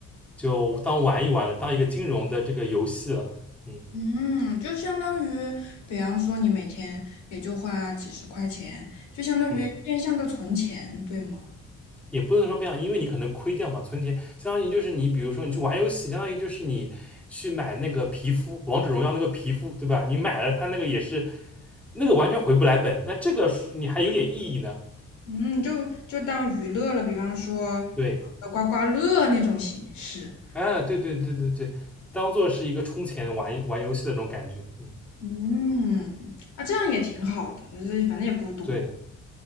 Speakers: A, in the centre; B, on the left.
A: 就当玩一玩了，当一个金融的这个游戏了。
B: <laughs>
A: 嗯
B: 嗯，就相当于，比方说你每天也就花几十块钱，就相当于变相的存钱，
A: 嗯。
B: 对吗？
A: 也不能说变好，因为你可能亏掉嘛，存钱相当于就是你，比如说你去玩游戏，相当于就是你去买那个皮肤，王者荣耀那个皮肤，对吧？你买了它那个也是，那个完全回不来本，那这个是你还有点意义呢。
B: 嗯，就就当娱乐了，比方说
A: 对，
B: 呃刮刮乐那种形式。
A: 啊，对对对对对，当做是一个充钱玩玩游戏的那种感觉，嗯，
B: 嗯，啊，这样也挺好的，就是反正也不多。
A: 对。